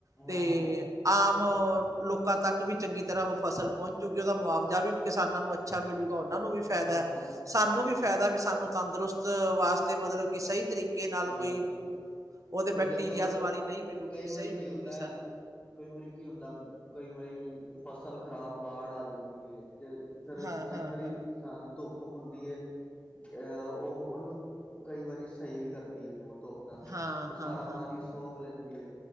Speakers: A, on the right (about 45°); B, on the left (about 20°).
A: ਤੇ।
B: ਹਾਂ
A: ਆਮ ਲੋਕਾਂ ਤੱਕ ਵੀ ਚੰਗੀ ਤਰ੍ਹਾਂ ਉਹ ਫਸਲ ਪਹੁੰਚੂਗੀ ਉਹਦਾ ਮੁਆਵਜ਼ਾ। ਵੀ ਕਿਸਾਨਾਂ ਨੂੰ ਅੱਛਾ ਮਿਲੂਗਾ ਉਹਨਾਂ ਨੂੰ ਵੀ ਫਾਇਦਾ
B: ਹਾਂ
A: ਹੈ ਸਾਨੂੰ
B: ਸਹੀ
A: ਵੀ
B: ਗੱਲ
A: ਫਾਇਦਾ
B: ਹੈ ਜੀ।
A: ਵੀ ਸਾਨੂੰ। ਤੰਦਰੁਸਤ ਵਾਸਤੇ ਮਤਲਬ ਕਿ ਸਹੀ ਤਰੀਕੇ ਨਾਲ
B: ਹਾਂ
A: ਕੋਈ ਉਹਦੇ
B: ਹੋਰ
A: ਬੈਕਟੀਰੀਆ
B: ਦੇਖੋ
A: ਵਾਲੀ ਨਹੀਂ ਮਿਲੂਗੀ
B: ਕਈ
A: ਵੀ
B: ਵਾਰੀ
A: ਸਹੀ
B: ਕੀ
A: ਮਿਲੂਗੀ
B: ਹੁੰਦਾ
A: ਸਾਨੂੰ
B: ਕਈ ਵਾਰੀ ਕੀ ਹੁੰਦਾ ਕਈ ਵਾਰੀ ਫਸਲ ਖ਼ਰਾਬ ਬਾੜ ਆ ਜਾਂਦੀ ਹੈ ਤੇ ਸਰ
A: ਹਾਂ,
B: ਕਈ
A: ਹਾਂ,
B: ਵਾਰੀ
A: ਹਾਂ।
B: ਅ ਧੁੱਪ ਹੁੰਦੀ ਹੈ ਅਹ ਉਹ ਉਹਨੂੰ ਕਈ ਵਾਰੀ ਸਹੀ ਵੀ ਕਰਦੀ ਉਹਨੂੰ ਉਹ ਧੁੱਪ ਨਾਲ
A: ਹਾਂ,
B: ਉਹ ਸਾਰਾ
A: ਹਾਂ, ਹਾਂ,
B: ਪਾਣੀ
A: ਹਾਂ
B: ਸੋਖ ਲੈਂਦੀ ਏ